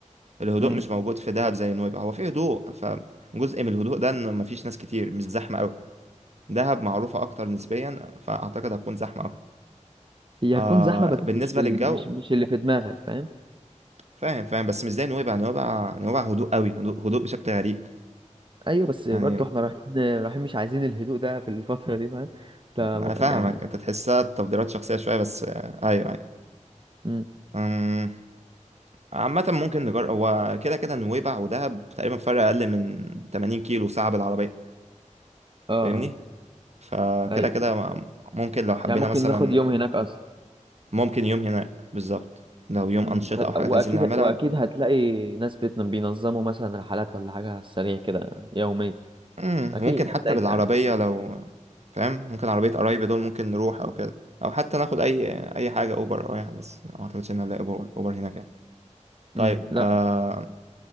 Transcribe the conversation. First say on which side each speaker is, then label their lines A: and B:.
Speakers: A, on the right (about 60°); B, on the right (about 40°).
A: الهدوء
B: امم
A: مش موجود في دهب زي نويبع هو في هدوء ف جزء من الهدوء ده ان مفيش ناس كتير مش زحمه قوي دهب معروفة أكتر نسبيا فأعتقد هتكون زحمة أكتر
B: هي
A: آه
B: هتكون زحمه بس
A: بالنسبة
B: مش في ال...
A: للجو
B: مش مش اللي في دماغك فاهم
A: فاهم فاهم بس مش زي نويبع نويبع نويبع هدوء قوي هدوء هدوء بشكل غريب
B: ايوه بس برضه
A: يعني
B: احنا رايحين رايحين مش عايزين الهدوء ده في الفتره دي فاهم ف
A: أنا فاهمك
B: يعني
A: أنت تحسها تفضيلات شخصية شوية بس آه أيوه أيوه
B: امم
A: أم، عامة ممكن نجرب هو كده كده نويبع ودهب تقريبا فرق أقل من 80 كيلو ساعة بالعربية
B: اه آه.
A: فاهمني فكده
B: ايوه
A: كده ممكن لو حبينا
B: يعني ممكن
A: مثلا
B: ناخد يوم هناك اصلا
A: ممكن يوم هناك بالظبط لو يوم
B: مم.
A: أنشطة
B: وهت...
A: أو حاجات
B: واكيد
A: عايزين نعملها
B: واكيد هتلاقي ناس بت- بينظموا مثلا رحلات ولا حاجه على السريع كده يوميا
A: امم
B: اكيد
A: ممكن حتى
B: هتلاقي
A: بالعربية
B: كان
A: لو فاهم ممكن عربية قرايبي دول ممكن نروح أو كده أو حتى ناخد أي أي حاجة أوبر أو أي حاجة بس ما أعتقدش إن هنلاقي أوبر أوبر هناك يعني طيب
B: امم لا
A: آه...